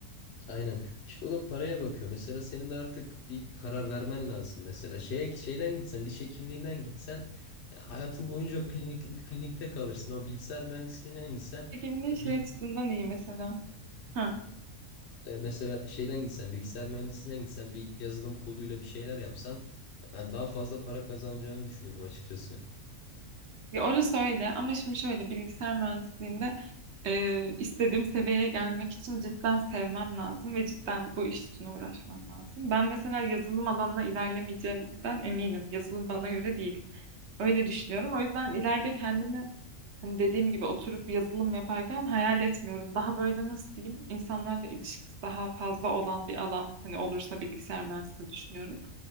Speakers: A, on the left (about 60°); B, on the right (about 55°).
A: Aynen. İşte o da paraya bakıyor. Mesela senin de artık bir karar vermen lazım. Mesela şeye şeyden gitsen, diş hekimliğinden gitsen e, hayatın boyunca klinik klinikte kalırsın. Ama bilgisayar mühendisliğinden gitsen
B: Çekimliği
A: e,
B: şey
A: bir
B: açısından iyi mesela. Hı.
A: e, mesela şeyden gitsen, bilgisayar mühendisliğinden gitsen bir yazılım koduyla bir şeyler yapsan e, ben daha fazla para kazanacağını düşünüyorum açıkçası.
B: Ya orası öyle ama şimdi şöyle bilgisayar mühendisliğinde e, istediğim seviyeye gelmek için cidden sevmem lazım ve cidden bu iş için uğraşmam lazım. Ben mesela yazılım alanına ilerlemeyeceğimden eminim. Yazılım bana göre değil. Öyle düşünüyorum. O yüzden ileride kendimi hani dediğim gibi oturup yazılım yaparken hayal etmiyorum. Daha böyle nasıl diyeyim insanlarla ilişkisi daha fazla olan bir alan hani olursa bilgisayar mühendisliği düşünüyorum.